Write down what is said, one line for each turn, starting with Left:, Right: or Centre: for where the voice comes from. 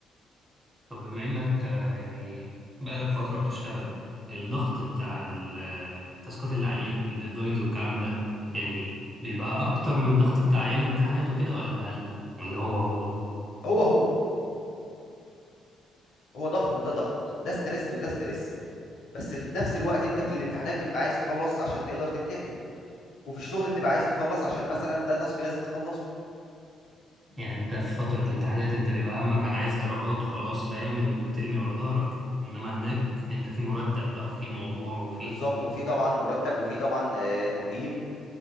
Right: طب بما إنك آه، يعني بقالك فترة بتشتغل الضغط بتاع ال- آه، التاسكات اللي عليك والديدلاينز والكلام ده يعني بيبقى أكتر من ضغط بتاع أيام الامتحانات وكده ولا أقل ولا هو هو
Left: هو هو هو ضغط وده ضغط ده ستريس وده ستريس بس في نفس الوقت انت في الامتحانات بتبقى عايز تخلص عشان تقدر تمتحن وفي الشغل بتبقى عايز تخلص عشان مثلا ده تاسك لازم تخلصه
Right: يعني انت في فترة الامتحانات انت بيبقى همك انا عايز درجات وخلاص فاهم وبترمي ورا ظهرك انما هناك انت في مرتب بقى وفي موضوع وفي
Left: بالظبط وفي طبعا مرتب وفي طبعا آه، تقييم